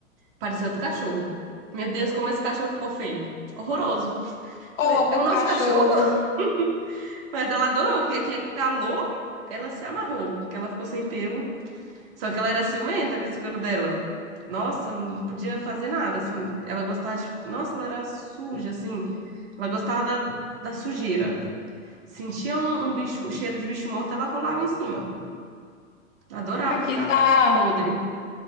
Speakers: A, on the right; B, on the left.
A: Pareceu outro cachorro. Meu Deus, como esse cachorro ficou feio. Horroroso.
B: Pobre
A: Falei, é o
B: do cachorro.
A: nosso cachorro? <laughs> Mas ela adorou, porque aqui é calor, ela se amarrou, porque ela ficou sem pelo. Só que ela era ciumenta com esse pelo dela. Nossa, não podia fazer nada, assim. Ela gostava de... Nossa, ela era suja, assim. Ela gostava da, da sujeira. Sentia um, um bicho, cheiro de bicho morto, ela rolava em cima. Adorava
B: Aqui
A: ficar
B: tá.
A: podre.